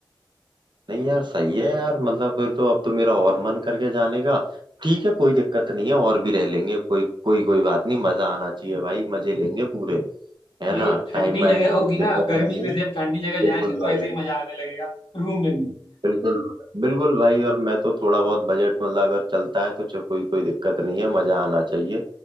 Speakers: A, on the right; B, on the left.
A: नहीं यार सही है यार मतलब फिर तो अब तो मेरा और मन करके जाने का ठीक है कोई दिक्कत नहीं है और भी रह लेंगे कोई कोई कोई बात नहीं मजा आना चाहिए भाई मजे लेंगे पूरे है
B: भाई
A: ना
B: अब ठंडी
A: टाइम वाइम
B: जगह होगी ना
A: दिक्कत
B: गर्मी
A: नहीं
B: में
A: है
B: से अब ठंडी जगह जाएंगे
A: बिल्कुल
B: तो
A: भाई
B: ऐसे ही मजा आने लगेगा रूम में भी
A: बिल्कुल बिल्कुल भाई और मैं तो थोड़ा बहुत बजट मतलब अगर चलता है तो च- कोई कोई दिक्कत नहीं है मजा आना चाहिए